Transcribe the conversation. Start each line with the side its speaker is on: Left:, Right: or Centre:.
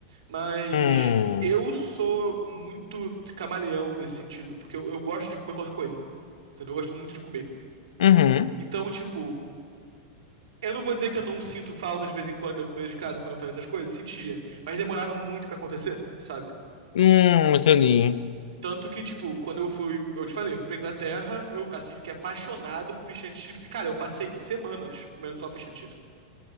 Right: Mas
Left: Hum.
Right: eu sou muito camaleão nesse sentido, porque eu, eu gosto de comer qualquer coisa. Entendeu? Eu gosto muito de comer.
Left: Uhum.
Right: Então, tipo, eu não vou dizer que eu não sinto falta de vez em quando da comida de casa quando eu fazia essas coisas, sentia, mas demorava muito pra acontecer, sabe?
Left: Hum, entendi.
Right: Tanto que, tipo, quando eu fui, eu te falei, eu fui pra Inglaterra, eu, assim, fiquei apaixonado por fish and chips. Cara, eu passei semanas comendo só fish and chips.